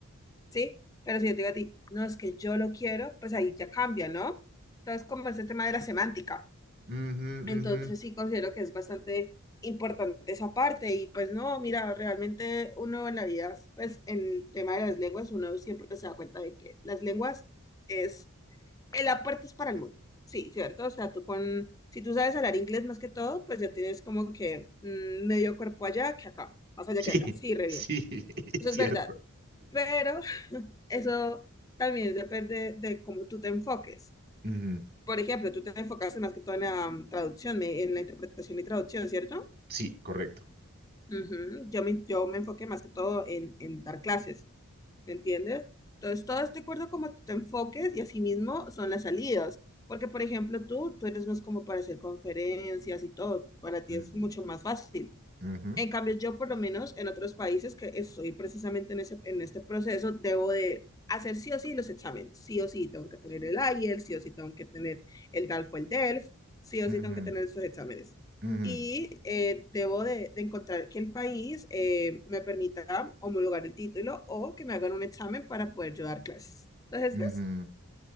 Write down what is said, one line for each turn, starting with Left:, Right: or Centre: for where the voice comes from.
Left: ¿sí? Pero si yo te digo a ti, no, es que yo lo quiero, pues ahí ya cambia, ¿no? Entonces, como ese tema de la semántica.
Right: Ujú, ujú,
Left: Entonces
Right: ujú.
Left: sí considero que es bastante importante esa parte y pues no, mira, realmente uno en la vida, pues en el tema de las lenguas, uno siempre se da cuenta de que las lenguas es el aporte es para el mundo, sí, ¿cierto? O sea, tú con, si tú sabes hablar inglés más que todo, pues ya tienes como que mm, medio cuerpo allá que acá, más allá
Right: Sí,
Left: que acá, sí, re
Right: sí,
Left: bien,
Right: <laughs> es
Left: eso
Right: cierto.
Left: es verdad, pero <laughs> eso también depende de cómo tú te enfoques
Right: Ujú,
Left: por ejemplo, tú te enfocaste más que todo en la mm, traducción, me- en la interpretación y traducción, ¿cierto?
Right: Sí, correcto.
Left: Ujú. Yo me, yo me enfoqué más que todo en, en dar clases, ¿me entiendes? Entonces, todo es de acuerdo a cómo tú te enfoques y asimismo son las salidas. Porque, por ejemplo, tú, tú eres más como para hacer conferencias y todo, para ti
Right: Ujú,
Left: es mucho más fácil.
Right: ujú,
Left: En cambio, yo por lo menos en otros países que estoy precisamente en ese, en este proceso, debo de hacer sí o sí los exámenes. Sí o sí tengo que tener el IELTS, sí o sí tengo que tener el DALF o el DELF, sí o
Right: ujú,
Left: sí tengo que tener esos exámenes.
Right: ujú,
Left: Y eh, debo de, de encontrar que el país eh, me permita homologar el título o que me hagan un examen para poder yo dar clases. Entonces,
Right: ujú.
Left: ¿ves?